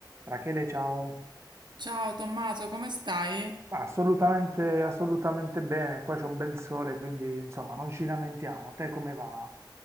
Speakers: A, on the right (about 35°); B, on the right (about 70°).
A: Rachele, ciao.
B: Ciao Tommaso, come stai?
A: Ma assolutamente, assolutamente bene, qua c'è un bel sole, quindi insomma non ci lamentiamo. Te come va?